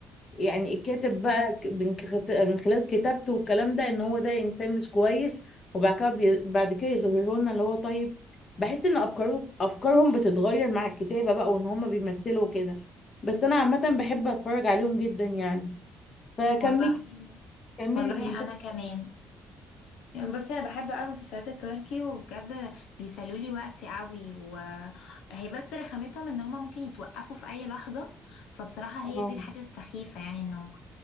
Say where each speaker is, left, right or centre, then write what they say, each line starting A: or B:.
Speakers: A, on the left; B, on the left.
A: يعني الكاتب بقى ك- من كخت- من خلال كتابته والكلام ده ان هو ده انسان مش كويس وبعد كده بي... بعد كده يظهروا لنا اللي هو طيب بحس ان افكاره افكارهم بتتغير مع الكتابة بقى وان هم بيمثلوا كده بس انا عامة بحب اتفرج عليهم جدا يعني فكملي
B: والله
A: كملي
B: والله
A: <laughs> المسلسل
B: انا كمان يعني بصي انا بحب قوي مسلسلات التركي وبجد بيسلوا لي وقتي قوي وهي بس رخامتهم ان هما ممكن يتوقفوا في اي لحظه فبصراحه
A: اه
B: هي دي الحاجه السخيفه يعني انه